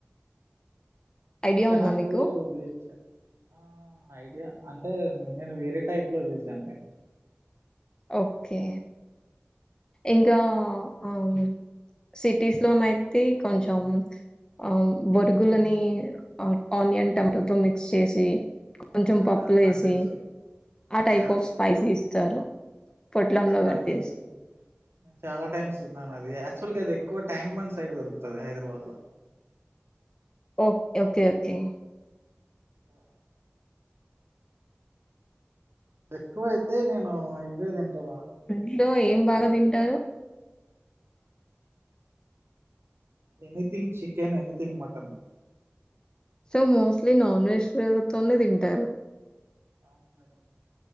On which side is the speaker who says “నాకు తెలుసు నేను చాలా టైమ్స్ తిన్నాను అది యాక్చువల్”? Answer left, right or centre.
Right